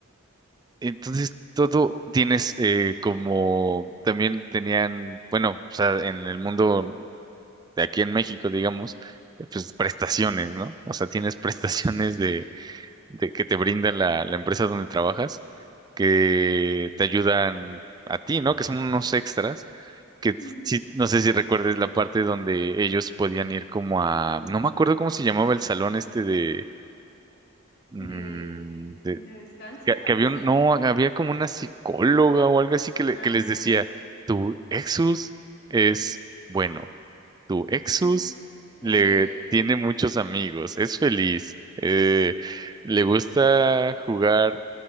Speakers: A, on the right; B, on the left.
A: Entonces, todo tienes eh, como también tenían, bueno, o sea, en el mundo de aquí en México, digamos, eh, pues prestaciones, ¿no? O sea, tienes <laughs> prestaciones de, de que te brinda la, la empresa donde trabajas, que te ayudan a ti, ¿no? Que son unos extras que
B: ujú.
A: sí, no sé si recuerdes la parte donde ellos podían ir como a, no me acuerdo cómo se llamaba el salón este de, mm,
B: De,
A: de-
B: de descanso,
A: que, que
B: algo
A: había
B: así.
A: un- no, había como una psicóloga o algo así que, le-
B: Ah,
A: que les
B: sí.
A: decía, tu Exus es bueno, tu Exus
B: <laughs> Es
A: le
B: feliz.
A: tiene
B: <laughs>
A: muchos amigos, es feliz, eh, le gusta jugar